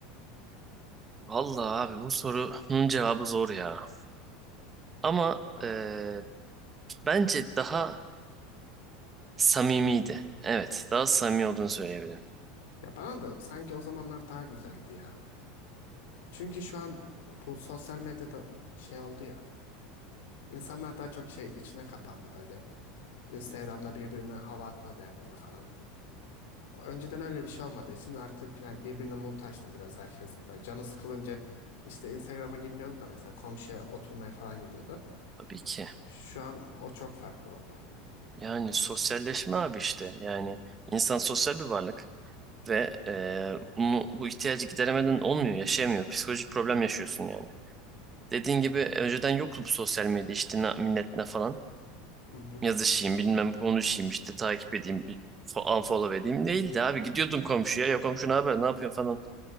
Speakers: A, on the right (about 15°); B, on the left (about 85°).
A: Vallahi abi bu sorunun cevabı zor ya. Ama
B: Ya,
A: eee, bence daha samimiydi. Evet, daha samimi olduğunu söyleyebilirim.
B: ya bana da sanki o zamanlar daha güzeldi ya. Çünkü şu an e, bu sosyal medyada şey oldu ya. İnsanlar daha çok şey içine kapandı böyle. Instagram'da birbirine hava atma derdinde falan. Önceden öyle bir şey olmadığı için artık yani birbirine muhtaçtım biraz herkes. Böyle canı sıkılınca işte Instagram'a girmiyordu da mesela komşuya oturmaya falan gidiyordu.
A: Tabii ki.
B: Şu an o çok farklı oldu.
A: Yani sosyalleşme abi işte. Yani insan sosyal bir varlık ve eee, bunu bu ihtiyacı gideremeden olmuyor, yaşayamıyor. Psikolojik problem yaşıyorsun yani. Dediğin gibi önceden yoktu bu sosyal medya işte na- millet ne falan.
B: Hı hı.
A: Yazışayım bilmem konuşayım işte takip edeyim bir fo- unfollow edeyim değildi abi. Gidiyordum komşuya ya komşu ne haber ne yapıyorsun falan.